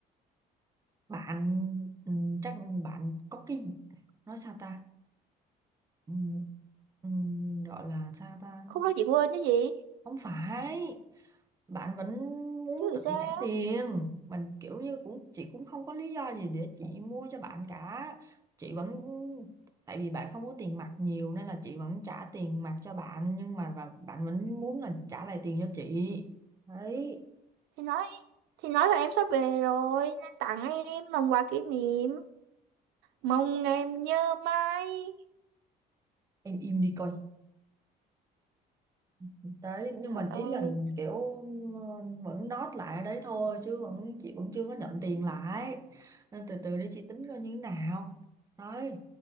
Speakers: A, on the right (about 20°); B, on the right (about 85°).
A: bạn ừ, chắc bạn có cái nói sao ta Ừ, ừ, gọi là sao ta
B: Không nói chị quên chứ gì?
A: không phải bạn vẫn muốn
B: Chứ làm
A: tự
B: sao?
A: trả tiền mình kiểu như cũng chị cũng không có lý do gì để chị mua cho bạn cả chị vẫn tại vì bạn không có tiền mặt nhiều nên là chị vẫn trả tiền mặt cho bạn nhưng mà và bạn vẫn muốn là trả lại tiền cho chị đấy
B: Thì nói thì nói là em sắp về rồi nên tặng em làm quà kỷ niệm mong em nhớ mãi
A: em im đi coi đấy nhưng
B: Trời
A: mà
B: ơi,
A: ý là kiểu ờ, vẫn đót lại ở đấy thôi chứ vẫn chị vẫn chưa có nhận tiền lại nên từ từ để chị tính coi như thế nào đấy